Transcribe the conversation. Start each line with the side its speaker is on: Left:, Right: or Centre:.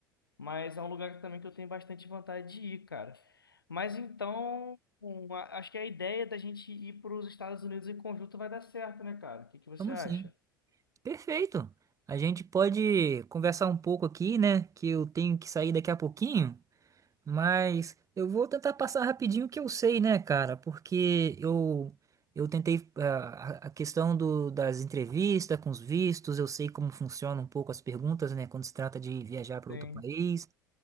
Left: Mas é um lugar também que eu tenho bastante vontade de ir, cara. Mas então, um, a- acho que a ideia da gente ir para os Estados Unidos em conjunto vai dar certo, né, cara? O que que você
Right: Vamos
Left: acha?
Right: sim. Perfeito. A gente pode conversar um pouco aqui, né? Que eu tenho que sair daqui a pouquinho. Mas eu vou tentar passar rapidinho o que eu sei, né, cara? Porque eu eu tentei ah, a a questão do, das entrevistas com os vistos, eu sei como funcionam um pouco as perguntas, né, quando se trata de viajar para
Left: Sim.
Right: outro país.